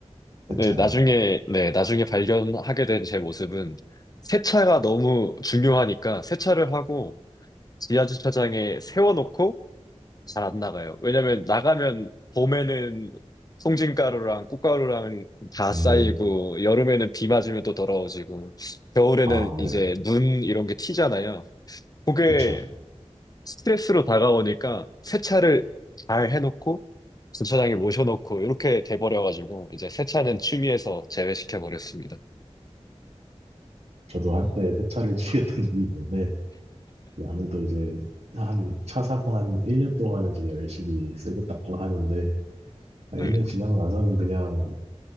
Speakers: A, on the left; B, on the right.
A: 근데
B: 세차요.
A: 나중에, 네, 나중에 발견하게 된 제 모습은 세차가 너무 중요하니까 세차를 하고 지하 주차장에 세워놓고 잘 안 나가요. 왜냐면 나가면 봄에는 송진가루랑 꽃가루랑 다
B: 음,
A: 쌓이고 여름에는 비 맞으면 또 더러워지고 겨울에는
B: 아, 네.
A: 이제 눈 이런 게 튀잖아요. 그게
B: 그쵸.
A: 스트레스로 다가오니까 세차를 잘 해놓고 주차장에 모셔놓고 이렇게 돼버려가지고 이제 세차는 취미에서 제외시켜버렸습니다.
B: 저도 한때 세차를 치겠던 <laughs> 적이 있는데, 아무래도 이제 한 차 사고 한 1년 동안은 이제 열심히 쓰고 닦고 하는데, 한
A: 네,
B: 1년 지나고 나서는 그냥